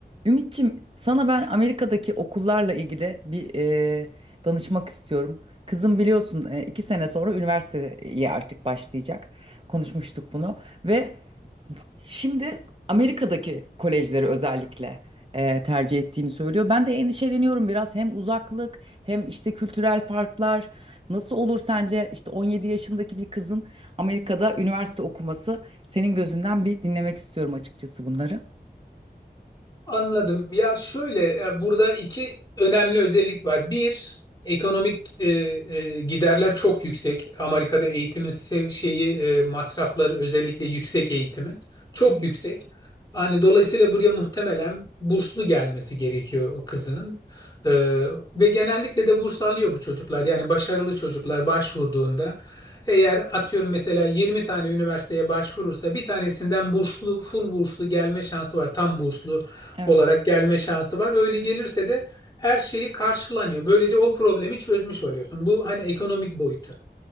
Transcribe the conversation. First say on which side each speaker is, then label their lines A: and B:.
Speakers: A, on the right; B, on the left.
A: Ümitçim, sana ben Amerika'daki okullarla ilgili bir e, danışmak istiyorum. Kızım biliyorsun e, iki sene sonra üniversiteye artık başlayacak. Konuşmuştuk bunu ve şimdi Amerika'daki kolejleri özellikle e, tercih ettiğini söylüyor. Ben de endişeleniyorum biraz hem uzaklık hem işte kültürel farklar. Nasıl olur sence işte 17 yaşındaki bir kızın Amerika'da üniversite okuması senin gözünden bir dinlemek istiyorum açıkçası bunları.
B: Anladım. Ya şöyle e, burada iki önemli özellik var. Bir, ekonomik e, e, giderler çok yüksek. Amerika'da eğitimin sev- şeyi e, masrafları özellikle yüksek eğitimin çok
A: Hı hı.
B: yüksek. Hani dolayısıyla buraya muhtemelen burslu gelmesi gerekiyor o kızının. E, ve genellikle de burs alıyor bu çocuklar. Yani başarılı çocuklar başvurduğunda eğer atıyorum mesela 20 tane üniversiteye başvurursa bir tanesinden burslu, full burslu gelme şansı var. Tam burslu
A: Evet.
B: olarak gelme şansı var. Öyle gelirse de her şeyi karşılanıyor. Böylece o problemi çözmüş oluyorsun. Bu hani ekonomik boyutu.